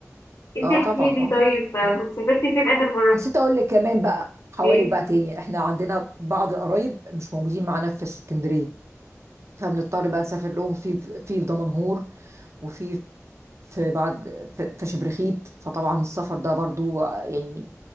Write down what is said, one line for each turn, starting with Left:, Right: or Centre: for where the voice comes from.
Left: انتي
Right: اه
Left: احكي
Right: طبعا
Left: لي
Right: اه طبعا
Left: طيب آه، كنت سافرتي فين اخر مره
Right: نسيت اقول لك كمان بقى حوالك
Left: ايه
Right: بقى تاني احنا عندنا بعض القرايب مش موجودين معانا في اسكندريه فبنضطر بقى نسافر لهم في في في دمنهور وفي في بعد في, في شبرخيت فطبعا السفر ده برضو يعني